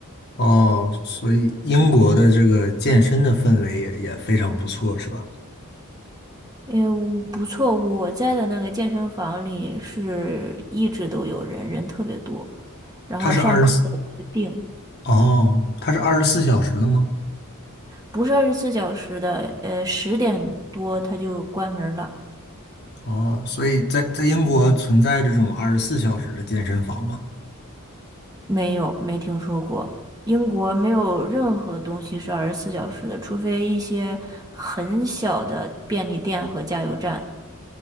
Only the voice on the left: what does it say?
哦，所以英国的这个健身的氛围也也非常不错，是吧？
它是二十四，哦，它是二十四小时的吗？
哦，所以在在英国存在这种二十四小时的健身房吗？